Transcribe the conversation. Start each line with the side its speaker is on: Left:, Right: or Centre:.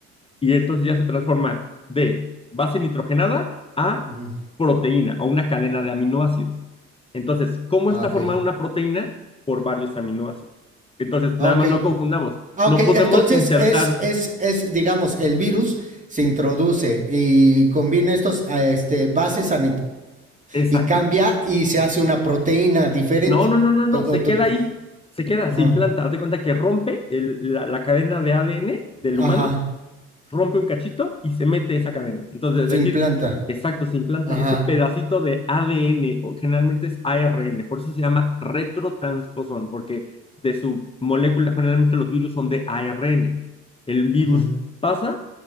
Left: y entonces ya se transforma de base nitrogenada a
Right: Ujú.
Left: proteína o una cadena de aminoácidos. Entonces, ¿cómo
Right: Ah,
Left: está
Right: ok.
Left: formada una proteína? Por varios aminoácidos. Entonces, nada
Right: Ah, ok.
Left: más no confundamos,
Right: Ah,
Left: no
Right: ok.
Left: podemos
Right: Entonces
Left: insertar
Right: es, es, es, digamos, el virus se introduce y combina estos ah, este, bases a
Left: exacto.
Right: y cambia y se hace una proteína diferente.
Left: No, no, no, no, no,
Right: To- to-
Left: se
Right: to-
Left: queda ahí, se queda,
Right: ajá.
Left: se implanta. Haz de cuenta que rompe el- la, la cadena de ADN del
Right: Ajá.
Left: humano rompe un cachito y se mete esa cadena. Entonces, es
Right: Se
Left: decir,
Right: implanta.
Left: exacto, se implanta
Right: Ajá.
Left: ese pedacito de ADN, o generalmente es ARN, por eso se llama retrotransposón, porque de su molécula, generalmente los virus son de ARN. El virus
Right: ujú.
Left: pasa,